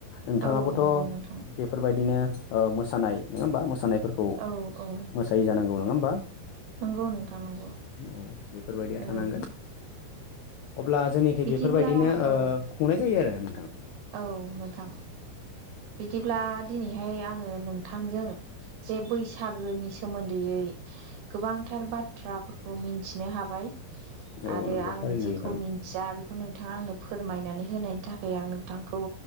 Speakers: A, on the left; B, on the right.
A: नोंथाङाबोथ'
B: औ नंगौ नोंथां
A: बेफोरबायदिनो ओ मोसानाय नङा होमबा मोसानाय फोरखौ
B: औ औ
A: मोसायै जानांगौ नङा होमबा
B: नंगौ नोंथां नंगौ
A: औ बेफोरबायदिया
B: औ
A: थानांगोन अब्ला जोंनिखै
B: बिदिब्ला
A: बेफोरबायदिनो ओ
B: औ
A: खुंनाय जायो आरो नोंथां
B: औ नोंथां बिदिब्ला दिनैहाय आङो नोंथांजों जे बैसागोनि सोमोन्दैयै। गोबांथार बाथ्राफोरखौ मिथिनो हाबाय
A: औ
B: आरो
A: नंगौ
B: आं
A: थारैनो
B: जेखौ
A: नोंथां
B: मिथिया बेखौ नोंथाङा आंनो फोरमायनानै होनायनि थाखाय आं नोंथांखौ